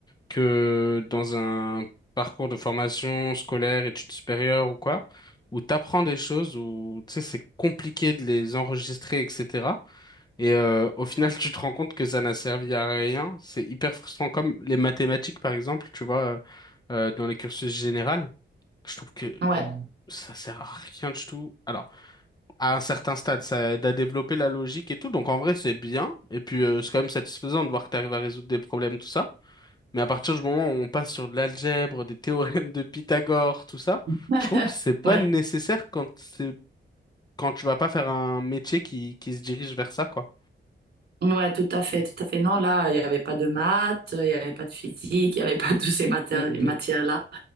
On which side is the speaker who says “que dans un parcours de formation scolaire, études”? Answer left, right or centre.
Left